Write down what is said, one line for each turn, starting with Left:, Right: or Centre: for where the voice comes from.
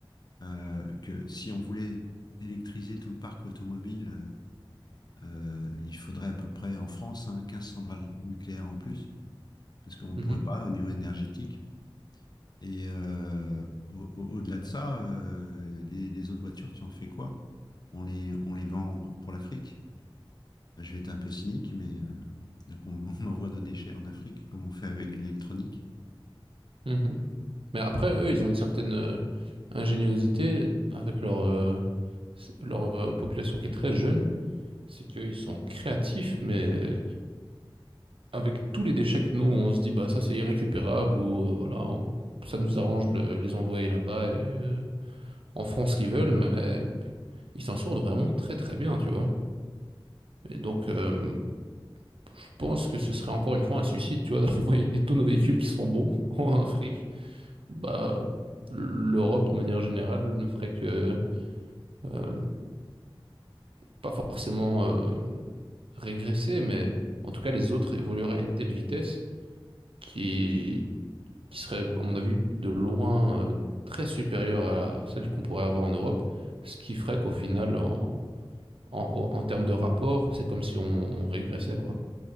Left: euh, que si on voulait électriser tout le parc automobile, euh, euh, il faudrait à peu près en France hein, 15 centrales nucléaires en plus, parce qu'on ne
Right: Mhm,
Left: pourrait pas au niveau énergétique. Et euh, au, au- delà de ça, euh, les, les autres voitures, tu en fais quoi? On les, on les vend pour l'Afrique? Bah, Je vais être un peu cynique, mais euh, donc on, <laughs> on envoie nos déchets en Afrique, comme on fait avec l'électronique.
Right: mhm. Mais après, eux, ils ont une certaine euh, ingéniosité avec leur, euh, c- leur euh, population qui est très jeune. C'est qu'ils sont créatifs, mais avec tous les déchets que nous, on se dit, bah ça c'est irrécupérable ou euh, voilà, on- ça nous arrange de les envoyer là-bas et euh, en France ce qu'ils veulent, mais euh, ils s'en sortent vraiment très très bien, tu vois. Et donc, euh, je pense que ce serait encore une fois un suicide, tu vois, <laughs> d'envoyer tous nos véhicules qui sont bons <laughs> en Afrique. Bah, l'Europe, de manière générale, ne ferait que euh, pas forcément euh, régresser, mais en tout cas les autres évolueraient à une telle vitesse qui, qui serait, à mon avis, de loin euh, très supérieure à celle qu'on pourrait avoir en Europe, ce qui ferait qu'au final, en, en, en termes de rapport, c'est comme si on, on régressait, quoi.